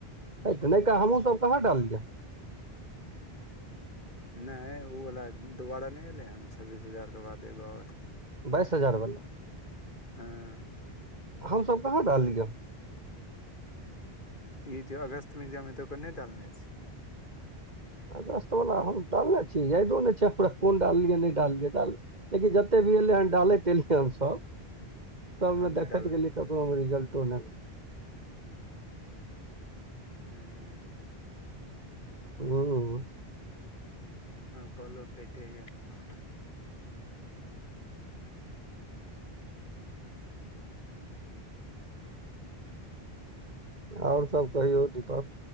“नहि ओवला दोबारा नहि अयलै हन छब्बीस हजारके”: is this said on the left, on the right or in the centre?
Left